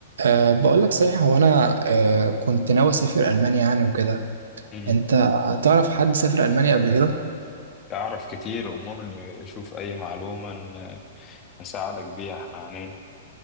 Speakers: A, on the right (about 85°); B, on the left (about 25°).
A: أه بقول لك صحيح هو انا أه كنت ناوي اسافر المانيا يعني وكده
B: مم.
A: انت تعرف حد سافر المانيا قبل كده
B: أعرف كتير أمورني أشوف أي معلومة ن- نساعدك بيها إحنا عنينا